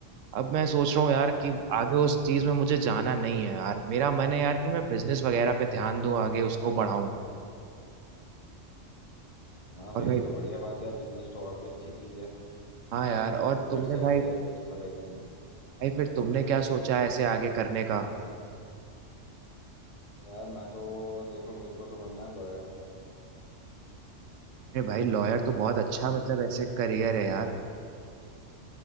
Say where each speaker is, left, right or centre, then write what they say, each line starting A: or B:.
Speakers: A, on the right; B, on the left.
A: अब मैं सोच रहा हूँ यार कि
B: हाँ हाँ
A: आगे उस चीज में मुझे जाना नहीं है यार मेरा मन है यार कि मैं बिजनेस वगैरह पे ध्यान दूं आगे उसको बढ़ाऊं
B: हाँ तो
A: और
B: ये
A: भाई
B: तो बढ़िया बात है बिजनेस तो और भी अच्छी चीज़ है
A: हाँ यार और
B: फ्यूचर
A: तुमने
B: सेट
A: भाई
B: हो जाएगा तुम्हारा एकदम
A: भाई फिर तुमने क्या सोचा है ऐसे आगे करने का
B: यार मैं तो देखो मेरे को तो बनना है लॉयर
A: अरे भाई लॉयर तो बहुत
B: जैसा
A: अच्छा
B: मुझे
A: मतलब ऐसे करियर है यार